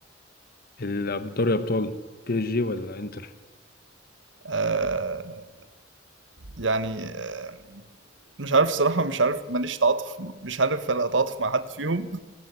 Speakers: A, on the left; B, on the right.
A: ال- دوري أبطال بي اس جي ولا انتر؟
B: آه يعني آه، مش عارف صراحة مش عارف ماليش تعاطف مش عارف أنا أتعاطف مع حد فيهم